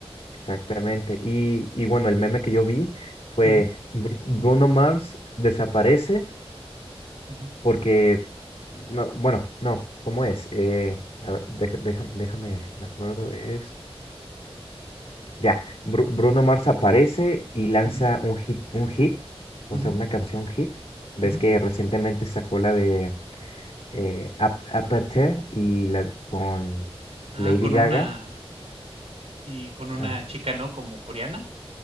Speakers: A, on the left (about 65°); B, on the right (about 85°).
A: Exactamente. Y, y bueno, el meme que yo vi fue
B: Ujú,
A: Bru- Bruno Mars desaparece
B: ujú,
A: porque, no, bueno, no, ¿cómo es? Eh, a ver, deja- deja- déjame, me acuerdo, es... Ya, Bru- Bruno Mars aparece y lanza
B: ujú,
A: un hit, un hit,
B: ujú,
A: o sea, una canción hit. Ves
B: ujú.
A: que recientemente sacó la de eh, Ap- Aperture y la con...
B: Ah,
A: Lady
B: con
A: Gaga
B: una y con una
A: Ajá,
B: chica, ¿no? Como coreana.